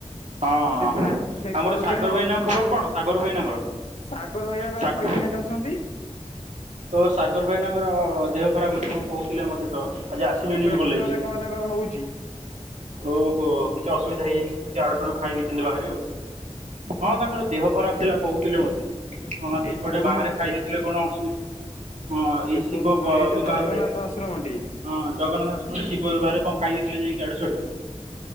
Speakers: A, on the right; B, on the left.
A: ହଁ-ଅ-ଅ
B: ସେ
A: ହଁ
B: ପ୍ରା ସେ
A: ଆମର
B: କରୁଥିଲେ
A: ସାଗର
B: ନ
A: ଭାଇନାଙ୍କ ଖବର କଣ ସାଗର ଭାଇନାଙ୍କର?
B: ସାଗର ଭାଇ ବା
A: ସାଗ
B: ପ୍ରେଗନେଣ୍ଟ ଅଛନ୍ତି?
A: ତ ସାଗର ଭାଇନାଙ୍କର-ଅ-ଅ-ଅ ଦେହ ଖରାପ ଅଛି କଣ କହୁଥିଲେ ମତେ ତ। ଆଜି ଆସିଲେନି
B: ଆ ପେଟରେ
A: ବି କଲେଜ।
B: କଣ ତାଙ୍କର ହଉଛି।
A: ଓହୋ କିଛି ଅସୁବିଧା ହେଇଯାଇଛି କିଛି ଆଡୁ ସାଡୁ ଖାଇ ଦେଇେଇଛନ୍ତି ବାହାରେ ଆଉ। ହଁ ତାଙ୍କର ଦେହ ଖରାପ ଥିଲା କହୁଥିଲେ ମତେ ହଁ ସେ
B: ଏ
A: କୁଆଡେ
B: କୁନୁ
A: ବାହାରେ ଖାଇ
B: ଏ
A: ଦେଇଥିଲେ। କଣ ଅସୁବି ହଁ
B: ଏ
A: ଏଇ ଶିବ ବ
B: ଯୋଉ
A: ବିବାହରେ।
B: ଜଗନ୍ନାଥ ଆଶ୍ରମଟି।
A: ହଁ ଜଗନ୍ନାଥ ଆଶ୍ରମ ରେ ଶିବ ବିବାହରେ କଣ ଖାଇ ଦେଇଥିଲେ ଯାଇକି ଆଡ଼ୁ ସାଡ଼ୁ।